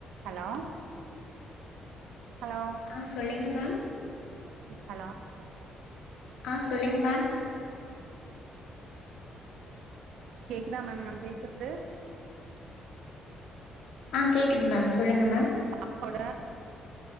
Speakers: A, on the right; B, on the left.
A: Hello hello
B: ஆ சொல்லுங்க ma'am
A: hello
B: ஆ சொல்லுங் மேம்
A: கேக்குதா மேம் நம் பேசுற்து
B: ஆ கேக்குது மேம் சொல்லுங்க மேம்
A: <inaudible> கொட